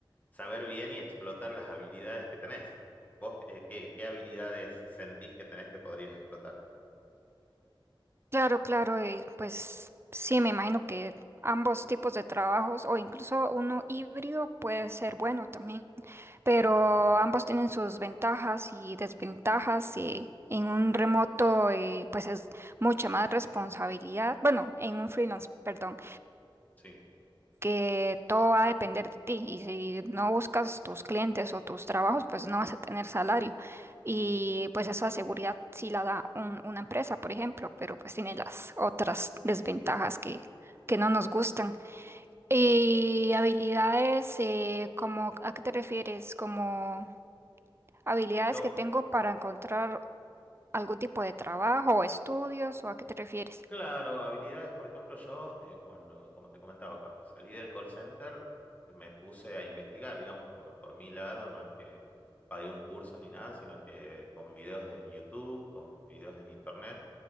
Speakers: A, on the left; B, on the right.
A: saber bien y explotar las habilidades que tenés. ¿Vos eh, qué, qué habilidades sentís que tenés que podrías explotar?
B: Claro, claro, y pues sí, me imagino que ambos tipos de trabajos o incluso uno híbrido puede ser bueno también, pero
A: Ujú,
B: ambos tienen sus ventajas y desventajas y en un remoto eh, pues es mucha más responsabilidad, bueno, en un freelance, perdón
A: Sí.
B: que todo va a depender de ti y si no buscas tus clientes o tus trabajos, pues no vas a tener salario. Y pues esa seguridad sí la da un- una empresa, por ejemplo, pero pues tiene las otras desventajas que, que no nos gustan. Y habilidades, eh, como, ¿a qué te refieres? Como habilidades
A: Yo,
B: que tengo para encontrar algún tipo de trabajo o estudios, ¿o a qué te refieres?
A: Claro, habilidades, por ejemplo, yo eh, cuando, como te comentaba, cuando salí del call center me puse a investigar, digamos, por, por mi lado, no es que pagué un curso ni nada, sino que con videos en YouTube, con videos en internet,